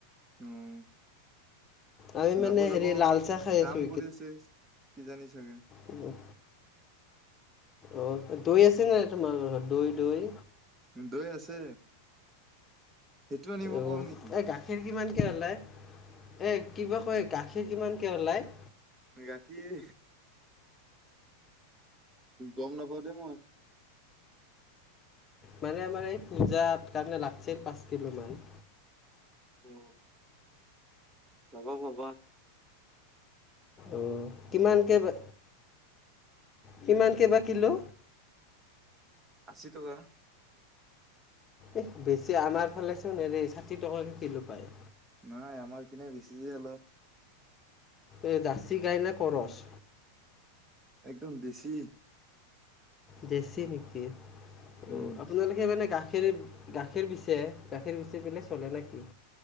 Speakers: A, on the right; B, on the left.
A: উম'
B: আমি
A: যাব
B: মানে
A: যাব
B: হেৰি লাল চাহ খাই আছোঁ
A: কাম কৰি আছে কিজানি চাগে।
B: অ' অ' দৈ আছে নাই তোমাৰলোকৰ ঘৰত দৈ দৈ।
A: দৈ আছে। সেইটো আনিব
B: অ'
A: কম নেকি
B: এ গাখীৰ কিমানকে ওলায়, এই কিবা কয় গাখীৰ কিমানকে ওলায়?
A: গাখীৰ গম নাপাওঁ দেই মই।
B: মানে আমাৰ এই পূজাৰ কাৰণে লাগছিল পাঁচ কিলোমান।
A: অ' পাবা পাবা।
B: অ' কিমানকে বা কিমানকে বা কিলো?
A: আশী টকা।
B: এহ বেছি আমাৰ ফালে চোন হেৰি ষাঠি টকাকে কিলো পায়।
A: নাই আমাৰ এপিনে বেছি যে অলপ।
B: এ জাচি গায় নে কৰচ?
A: একদম ডেছি।
B: ডেছি নেকি। অ'
A: উম
B: আপোনালোকে মানে গাখীৰ - গাখীৰ বিচে গাখীৰ বিচি পেলাই চলে নেকি?